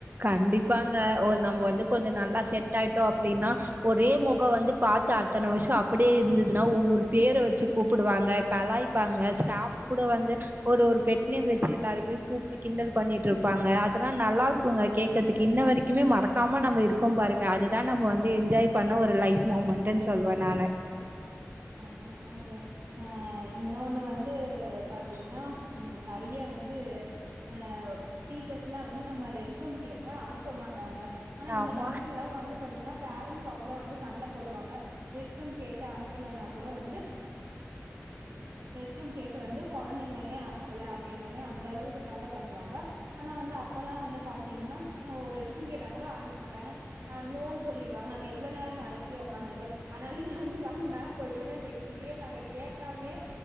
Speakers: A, on the right; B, on the right.
A: கண்டிப்பாங்க ஒரு நம்ம வந்து கொஞ்ச நல்லா செட் ஆயிட்டோ நா அப்படின்னா ஒரே முகம் வந்து பாத்து அத்தனை வருஷம் அப்படியே இருந்ததுன்னா ஒவ்வொரு பேரை வச்சு கூப்பிடுவாங்க கலாய்பாங்க ஸ்டாப்ஸ் கூட வந்து ஒரு ஒரு பெட் நோம்வச்சு எல்லாருக்குமே கூப்பிட்டு கிண்டல் பண்ணிட்டு இருப்பாங்க அதெல்லா நல்லாருக் இருக்குங்க கேக்றத்துக்கே இன்ன வரைக்குமே மறக்காம நம்ம இருக்கோம் பாருங்க அதுதான் நம்ம வந்து என்ஜாய் பண்ண ஒரு லைஃப் மூமெண்ட்ன்னு சொல்லுவேன் நானு
B: ஆமாமாங்க ஆ இன்னொன்னு வந்து பாத்தீங்கன்னா உம் நிறைய வந்து ஆ டீச்சர்ஸ்லா வந்து நம்ம ரெஸ்ட் ரூம் கேட்டா அனுப்ப மாட்டாங்க ஆனா இந்தக்காலத்துல
A: ஆமா.
B: வந்து பாத்தீங்கன்னா பேரண்ட்ஸ் அவ்வளவு வந்து சண்டை போடுவாங்க ரெஸ்ட் ரூம் கேட்டு அனுப்ப அனுப்பலானக் கூட வந்து ரெஸ்ட் ரூம் கேட்டு வந்து குழந்தைங்கள ஏன் அனுப்பல அப்படின்ற மாதிரி அந்த அளவுக்கு சண்டை கட்டுவாங்க ஆனா வந்து அப்பல்லாம் வந்து பா்த்தீங்கன்னா ஒரு ரெஸ்ட் ரூம் கேட்டா கூட அனுப்ப மாட்டாங்க நோனு சொல்லிடுவாங்க நம்ம எவ்வளோ நேரம் அடக்கியே உக்காந்து ஆனாலுமே வந்துல மேம் போயிட்ட உடனே நெக்ஸ் பீரியட் நாங்க கேட்காமயே